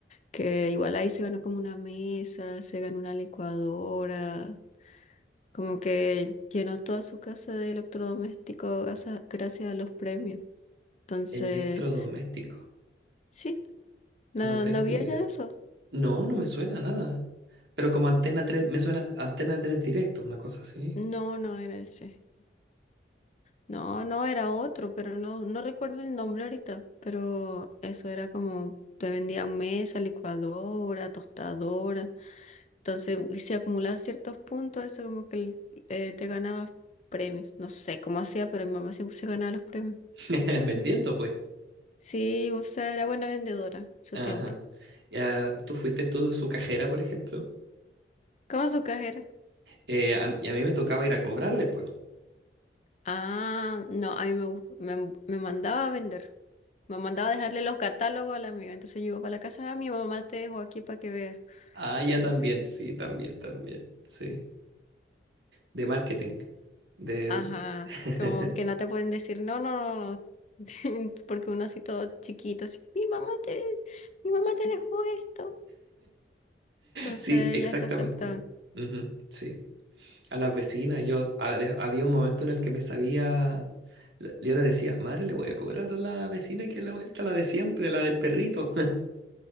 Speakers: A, on the left (about 40°); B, on the right (about 75°).
A: Que igual ahí se ganó como una mesa, se ganó una licuadora. Como que llenó toda su casa de electrodomésticos gasa- gracias a los premios. Entonces,
B: Electrodoméstico,
A: sí, no,
B: no tengo
A: no había
B: idea.
A: ya eso.
B: No, no me suena nada. Pero como Antena tres, me suena Antena tres directo, una cosa así.
A: No, no era ese. No, no, era otro, pero no, no recuerdo el nombre ahorita, pero eso era como, te vendía mesa, licuadora, tostadora, entonces si acumulabas ciertos puntos, eso como que el- eh, te ganabas premios, no sé cómo hacía, pero mi mamá siempre se ganaba los premios.
B: <laughs> Vendiendo, pues.
A: Sí, o sea, era buena vendedora, su
B: Ajá.
A: tiempo.
B: Ya, tú fuiste tú su cajera, por ejemplo.
A: ¿Cómo su cajera?
B: Eh, a- y a mí me tocaba ir a cobrar después.
A: Ah, no, a mí me, gu- me, me mandaba a vender. Me mandaba a dejarle los catálogos a la amiga. Entonces yo iba para la casa, ah, mi mamá te dejó aquí para que veas.
B: Ah, ya
A: Y
B: también,
A: así.
B: sí, también, también, sí. De marketing. De...
A: Ajá,
B: <laughs>
A: como que no te pueden decir, no, no, no, no, <laughs> porque uno así todo chiquito, así, mi mamá te, mi mamá te dejó esto. Entonces
B: Sí, exactamente.
A: ellas lo aceptaban.
B: Ujú, sí. A las vecinas, yo a- de- había un momento en el que me sabía, le- yo le decía, madre, le voy a cobrar a la vecina que a la vuelta, la de siempre, la del perrito.